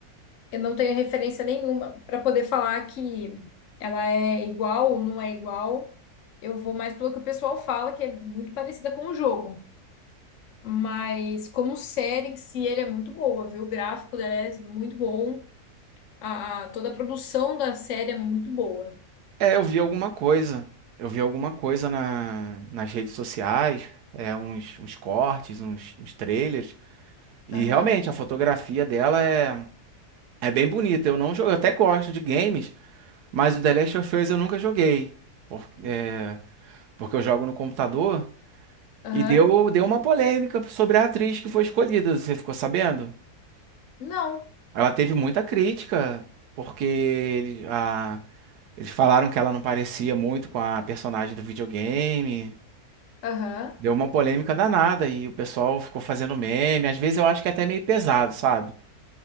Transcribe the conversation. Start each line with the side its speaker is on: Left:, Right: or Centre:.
Left: Eu não tenho referência nenhuma para poder falar que ela é igual ou não é igual. Eu vou mais pelo que o pessoal fala, que é muito parecida com o jogo. Mas como série em si, ele é muito boa, viu? O gráfico dela é muito bom. A, a- toda a produção da série é muito boa.
Right: É, eu vi alguma coisa. Eu vi alguma coisa na, nas redes sociais, é, uns, uns cortes, uns, uns trailers. E
Left: Aham,
Right: realmente, a fotografia dela é, é bem bonita. Eu não jogo, eu até gosto de games, mas o The Last of Us eu nunca joguei. Por- é, porque eu jogo no computador.
Left: aham.
Right: E deu, deu uma polêmica sobre a atriz que foi escolhida. Você ficou sabendo?
Left: Não.
Right: Ela teve muita crítica, porque ele- a- eles falaram que ela não parecia muito com a personagem do videogame.
Left: Aham,
Right: Deu uma polêmica danada e o pessoal ficou fazendo meme. Às vezes eu acho que é até meio pesado, sabe?